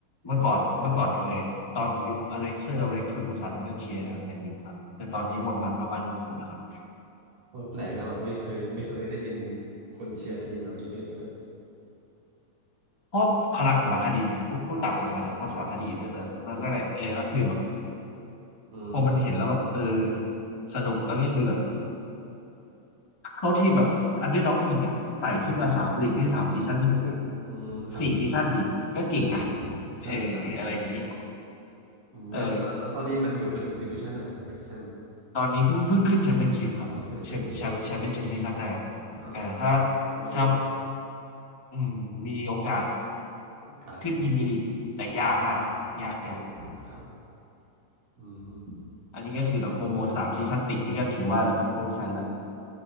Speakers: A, on the left; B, on the right.
A: เมื่อก่อนเมื่อก่อนเคยตอนยุคอเล็กเซอร์อเล็กซ์เฟอร์กูสันก็เชียร์แมนยูครับ
B: เล็กเตม
A: แต่ตอนนี้หมดหวังกับมันสุดๆแล้วครับ
B: เออแปลกนะแบบไม่เคยไม่เคยได้ยินคนเชียร์ทีมแบบเล็กๆเลย
A: เพราะพลังสารคดีครับพูดพูดตามตรงกันจากเพราะสารคดีแต่แต่แต่นั่นแหละเออแล้วคือแบบ
B: อ๋อสารคดีอ๋ออืมอืม
A: พอมันเห็นแล้วแบบเออ
B: เข้าใจ
A: สนุกแล้วก็คือแบบเข้าที่แบบอันเดอร์ด็อกยิงอ่ะไต่ขึ้นมาสามลีกที่สามซีซั่นนี่มันก็
B: อืมอืมอืมครับ
A: สี่ซีซั่นดิก็เก่งนะ
B: อืมอืมใช่ใช่เออ
A: เอออะไรอย่างนี้
B: อืมแล้วแล้วแล้วตอนนี้มันอยู่มันอยู่ดิวิชั่นไหนครับเล็กเซม
A: เออ ตอนนี้เพิ่งเพิ่งขึ้นแชมเปี้ยนชิพครับแชมป์แชมป์แชมเปี้ยนชิพซีซั่นหน้า
B: อ๋อคือดิแชมเปี้ยนชิพอืมอ่าโอเค
A: อ่าถ้า
B: มีโอกา
A: ถ้าอืมมีโอกาส
B: สไป
A: ขึ้นพรีเมียร์ลีกแต่ยากมากยากยาก
B: อืมอืมอืมครับอืม
A: อันนี้ก็คือแบบโปรโมทสามซีซั่นติดนี่ก็ถือว่าแบบประวัติศาสตร์ละ